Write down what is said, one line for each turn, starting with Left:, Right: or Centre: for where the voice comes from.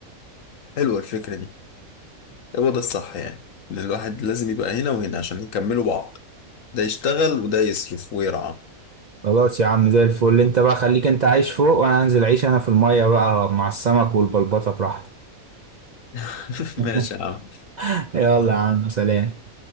Left: حلوه الفكره دي هو ده الصح يعني ان الواحد لازم يبقى هنا وهنا عشان يكملوا بعض ده يشتغل وده يصرف ويرعى
Right: خلاص يا عم زي الفل انت بقى خليك انت عايش فوق وانا هنزل اعيش انا في المية بقى مع السمك والبلبطة براحتي
Left: <laughs>
Right: <laughs>
Left: ماشي يا عم
Right: يلا يا عم سلام